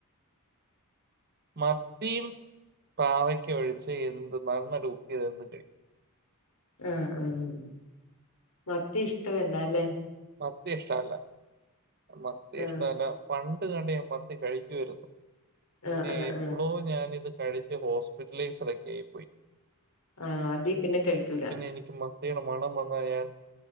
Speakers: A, on the right (about 45°); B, on the left (about 85°).
A: മത്തിയും പാവക്ക് ഒഴിച്ച് എന്ത് നന്നായിട്ട് കുക്കു ചെയ്താലും ഞാൻ കഴിക്കും
B: ആഹ് ആഹ് മത്തി ഇഷ്ടമല്ല അല്ലെ
A: മത്തി ഇഷ്ടമല്ല മത്തി
B: ആ
A: ഇഷ്ടമല്ല പണ്ട് കണ്ട് ഞാൻ മത്തി കഴിക്കുവാരുന്നു പിന്നെ
B: ആ ആ
A: എപ്പളോ
B: ആ
A: ഞാനിത് കഴിച്ച് ഹോസ്പിറ്റലെസറെക്കെയായി പോയി
B: ആ അതി പിന്നെ കഴിക്കൂല
A: എനിക്കും മ മത്തിയുടെ മണം വന്നാ ഞാൻ